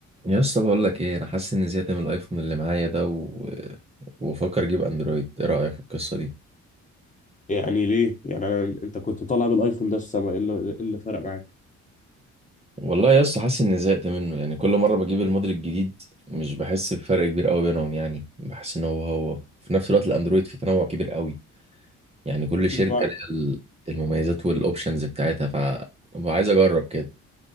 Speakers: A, on the right (about 20°); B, on the left (about 25°).
A: يا اسطى بقول لك ايه انا حاسس اني زهقت من الايفون اللي معايا ده و... وفكر اجيب اندرويد ايه رايك في القصه دي
B: يعني ليه يعني أنا انت كنت طالع بالايفون ده في السما ايه اللي, إيه اللي فرق معاك
A: والله يا اسطى حاسس اني زهقت منه يعني كل مره بجيب الموديل الجديد مش بحس بفرق كبير قوي بينهم يعني بحس ان هو هو في نفس الوقت الاندرويد فيه تنوع كبير قوي يعني كل شركه
B: اللي فرق-
A: ليها ال- المميزات والاوبشنز بتاعتها ف ببقى عايز اجرب كده